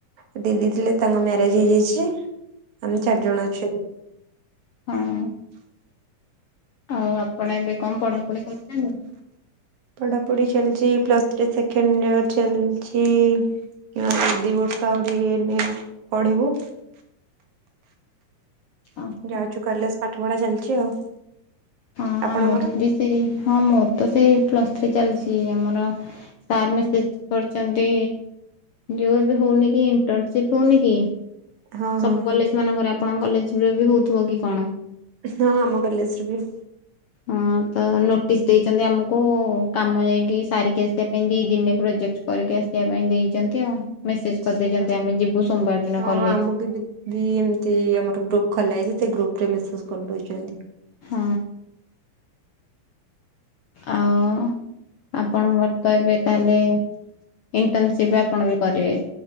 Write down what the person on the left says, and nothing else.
ହାଁ ଆଉ, ଆପଣ ଏବେ କଣ ପଢାପଢି କରିଛନ୍ତି?
ଓହୋ ହଁ
ହଁ,
ଆମର ବି ସେଇ ହଁ ମୋର ତ ସେଇ ପ୍ଲସ୍ ଥ୍ରୀ ଚାଲିଛି ଆମର। ସାର୍ ମେସେଜ କରିଛନ୍ତି ଯଉ ଏବେ ହଉନି କି ଇଣ୍ଟର୍ନସିପ ହଉନି କି?
ସବୁ
କଲେଜ ମାନଙ୍କରେ ଆପଣଙ୍କ କଲେଜରେ ବି ହଉଥିବ କି କଣ?
ହ। ହଁ, ତ ନୋଟିସ୍ ଦେଇଛନ୍ତି ଆମକୁ, କାମ ଯାଇକି ସାରିକି ଆସିବା ପାଇଁ ଦି ଦିନ ରେ ପ୍ରୋଜେକ୍ଟ। କରିକି ଆସିବା ପାଇଁ ଦେଇଛନ୍ତି ଆଉ ମେସେଜ କରିଦେଇଛନ୍ତି
ଆମେ ଯିବୁ ସୋମବାର ଦିନ କଲେଜ।
ହଁ। ଆଉ, ଆପଣଙ୍କର ତ ଏବେ ତାହେଲେ ଇଣ୍ଟର୍ନସିପ ଆପଣ ବି କରିବେ,